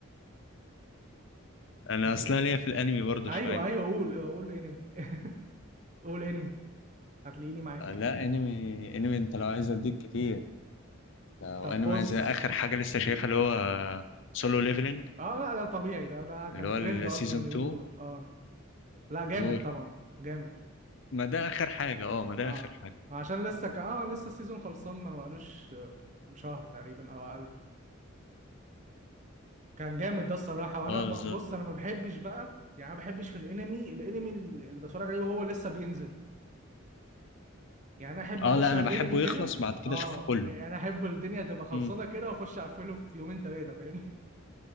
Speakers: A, on the left; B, on the right.
A: انا
B: انت
A: اصلا ليا في الانمي برضو
B: ايوه
A: شويه
B: ايوه قول قول انمي <laughs> قول انمي هتلاقيني معاك
A: آه، لا انمي انمي انت لو عايز اديك كتير لو
B: طب
A: انمي
B: بص
A: عايز اخر حاجه لسه شايفها اللي هو سولو ليفلنج
B: اه لا ده طبيعي ده ده كان
A: اللي هو
B: ترند
A: السيزون
B: اصلا اليومين
A: 2
B: دول اه لا جامد
A: قول
B: طبعا جامد
A: ما ده اخر حاجه اه ما ده
B: اه
A: اخر حاجه
B: عشان لسه ك... اه لسه السيزون خلصان ما بقالوش شهر تقريبا او اقل كان جامد ده الصراحه وانا
A: اه
B: ب-
A: بالظبط
B: بص انا ما بحبش بقى يعني أنا ما بحبش في الانمي الانمي اللي بتفرج عليه وهو لسه بينزل يعني انا احب
A: اه
B: اخش
A: لا انا
B: على
A: بحبه
B: الانمي كده
A: يخلص بعد كده
B: اه
A: اشوفه كله
B: يعني انا احب الدنيا تبقى خلصانه
A: امم
B: كده واخش اقفله في يومين ثلاثه فاهمني